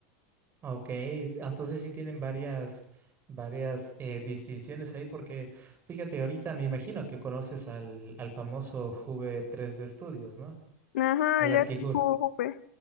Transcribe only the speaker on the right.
Ok, entonces sí tienen varias, varias eh, distinciones ahí porque fíjate, ahorita me imagino que conoces al, al famoso Juve tres d Studios, ¿no?
Al
Arquijuve.